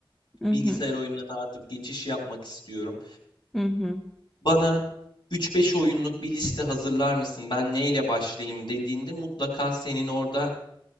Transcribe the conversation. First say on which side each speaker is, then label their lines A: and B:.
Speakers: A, in the centre; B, on the left.
A: Hı
B: Bilgisayar
A: hı.
B: oyunlarına artık geçiş yapmak istiyorum.
A: Hı hı.
B: Bana 3-5 oyunluk bir liste hazırlar mısın? Ben neyle başlayayım dediğinde mutlaka senin orada